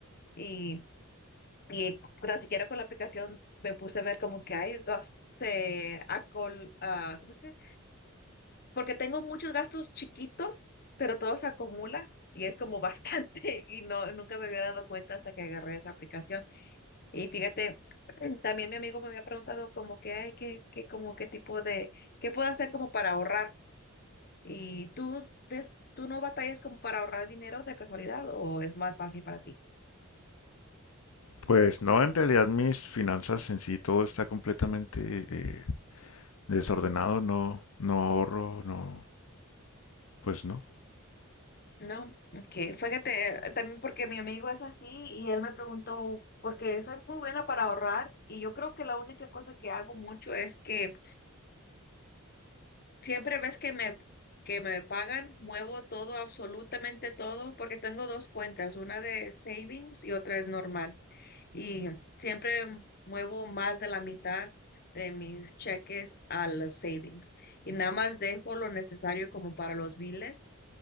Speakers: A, on the left; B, on the left.
A: Y y tan siquiera con la aplicación me puse a ver como que hay gastos, ¿cómo se dice? Porque tengo muchos gastos chiquitos, pero todo se acumula y es como bastante <laughs> y no, nunca me había dado cuenta hasta que agarré esa aplicación. Y fíjate, <clears throat> también mi amigo me había preguntado como que, ay, qué, qué, como qué tipo de, qué puedo hacer como para ahorrar. ¿Y tú, des- tú no batallas como para ahorrar dinero de casualidad o es más fácil para ti?
B: Pues no, en realidad mis finanzas en sí todo está completamente eh, desordenado, no, no ahorro, no, pues no.
A: No, ok. Fíjate, también porque mi amigo es así y él me preguntó, porque soy muy buena para ahorrar y yo creo que la única cosa que hago mucho es que siempre ves que me, que me pagan, muevo todo, absolutamente todo, porque tengo dos cuentas, una de savings y otra es normal. Y siempre muevo más de la mitad de mis cheques a las savings y nada más dejo lo necesario como para los biles